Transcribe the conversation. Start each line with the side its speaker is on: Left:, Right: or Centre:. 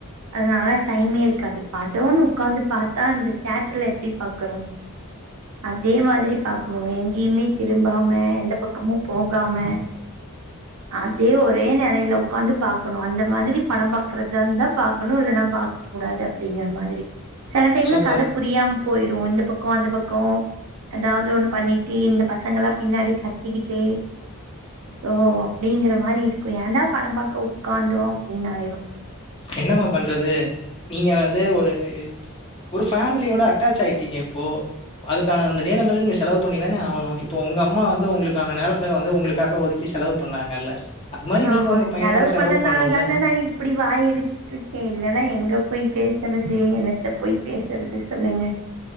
Right: அதனால டைம்மே இருக்காது படோனு உக்காந்து பாத்தா இந்த தேட்ர்ல எப்டி பாக்கறோ அதே மாதிரி பாக்ணு எங்கேயுமே திரும்பாம எந்த பக்கமும் போகாம அதே ஒரே நெலையில உக் உக்காந்து பாக்கணு அந்த மாதிரி படம் பாக்குறதா இருந்தா பாக்கணு இல்லன்னா பாக்க கூடாது அப்டிங்கிற மாதிரி சில டைம்ல
Left: சூப்பர்.
Right: கத புரியாம போயிரு இந்த பக்கோ அந்த பக்கோ அதாவது ஒண்ணு பண்ணிட்டு இந்த பசங்ககெல்லா பின்னாடி கத்திக்கிட்டு சோ அப்டிங்கிற மாறி இருக்கு ஏன்டா படம் பாக்க உக்காந்தோ அப்டின்னு ஆயிரு
Left: என்னமா பண்றது நீங்க வந்து ஒரு ஒரு ஃபேமிலியோட அட்டாச் ஆயிட்டீங்க இப்போ அதுக்கான அந்த நேரங்கள நீங்க செலவு பண்ணிதானே ஆவுணு இப்ப உங்க அம்மா வந்து உங்களுக்கான நேரத்த வந்து உங்களுக்காக ஒதுக்கி செலவு பண்ணாங்கல்ல அது மாரி
Right: ஆமா
Left: நீங்க உங்க
Right: செலவு
Left: பையனுக்கு
Right: பண்ணனால
Left: பண்ணணும்ல.
Right: தானே நா இப்படி வாய் அடிச் சுட்டு இருக்கே இல்லன்னா எங்க போய் பேசறது என்னத்த போய் பேசறது சொல்லுங்க